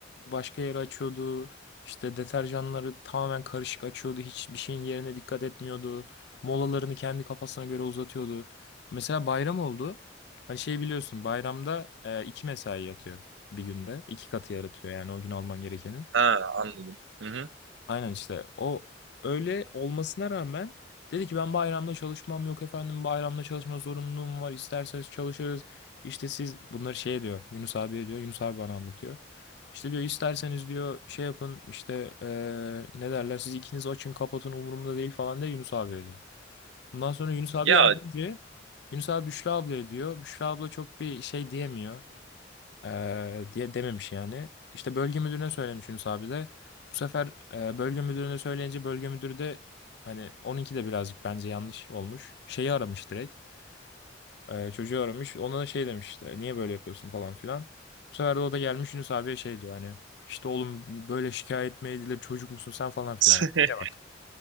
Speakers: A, on the left; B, on the right.
A: başka yere açıyordu. işte deterjanları tamamen karışık açıyordu. Hiçbir şeyin yerine dikkat etmiyordu. Molalarını kendi kafasına göre uzatıyordu. Mesela bayram oldu. Hani şey biliyorsun bayramda e, iki mesai yatıyor bir günde. iki katı yaratıyor yani o gün alman gerekenin.
B: Ha anladım. Hı hı.
A: Aynen işte o öyle olmasına rağmen dedi ki ben bayramda çalışmam yok efendim bayramda çalışma zorunluluğum var isterseniz çalışırız. İşte siz bunları şey diyor Yunus abiye diyor Yunus abi bana anlatıyor. İşte diyor isterseniz diyor şey yapın işte eee, ne derler siz ikiniz açın kapatın umurumda değil falan diye Yunus abiye diyor. Ondan sonra Yunus abi
B: Ya
A: yardımcı Yunus abi Büşra ablaya diyor Büşra abla çok bir şey diyemiyor. Eee, diye dememiş yani. İşte bölge müdürüne söylemiş Yunus abi de. Bu sefer eee, bölge müdürüne söyleyince bölge müdürü de hani onunki de birazcık bence yanlış olmuş. Şeyi aramış direkt. Eee, çocuğu aramış. Ona da şey demiş işte niye böyle yapıyorsun falan filan. Bu sefer de o da gelmiş Yunus abiye şey diyor hani işte oğlum böyle şikayet mi edilir çocuk musun sen falan filan.
B: <laughs>
A: Yani İşe bak.